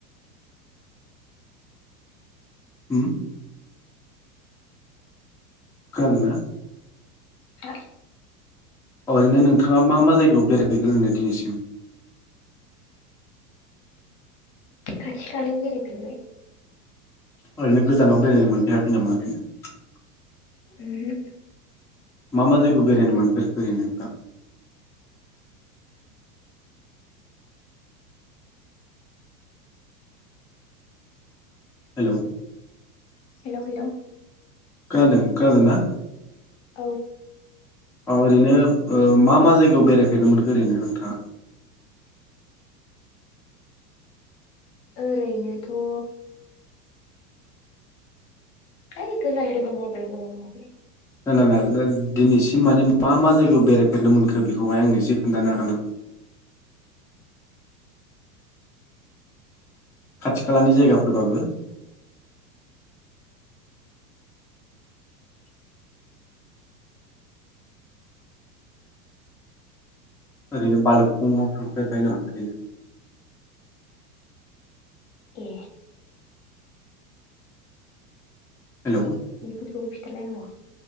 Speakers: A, in the centre; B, on the left.
A: हुम खोनादोंना?
B: हा
A: अ ओरैनो नोंथांङा मा मा जायगायाव बेरायफेरखो होननो दिनैसिम?
B: खाथि खालायाव बेरायफेरबाय।
A: ओरैनो गोजानाव बेरायनो मोनफेराखै नामा ओरैनो।
B: उहुम
A: मा मा जायगायाव बेरायनोमोनफोरखो ओरैनो नोंथां? हेलोव
B: हेलोव हेलोव
A: खोनादों खोनादोंना?
B: औ
A: औ ओरैनो ओ मा मा जायगायाव बेरायफेरनो मोनखो ओरैनो नोंथांङा?
B: ओरैनोथ' ओइ गोजान गोजान जायगायाव बेरायनो मोनाखैलै
A: ना ना दा दिनैसिम माने मा मा जायगायाव बेरायफेरनो मोनखो बेखौहाय आंनो एसे खोन्थानो हागोन ना? खाथि खालानि जायगाफोरबाबो ओरैनो बालुगफुंङाव थांफेरबाय नामा ओरैनो?
B: ए
A: हेलौ
B: बेफोरखौबो खिथालायनांग